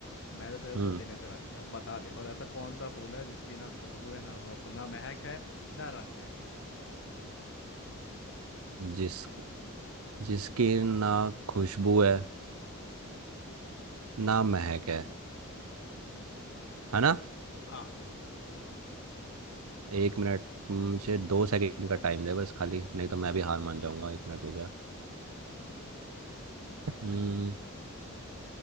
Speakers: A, on the left; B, on the right.
A: मैं तो तेरे
B: हम्म
A: को देने से रहा हिंट अब बता दे बस ऐसा कौन सा फूल है जिसकी ना खुशबू है ना वो ना महक है ना रंग है
B: जिस जिसकी ना खुशबू है ना महक है
A: हम्म
B: है ना
A: हाँ
B: एक मिनट मुझे दो सेकंड का टाइम दे बस खाली नहीं तो मैं भी हार मान जाऊंगा एक मिनट हो जाए हम्म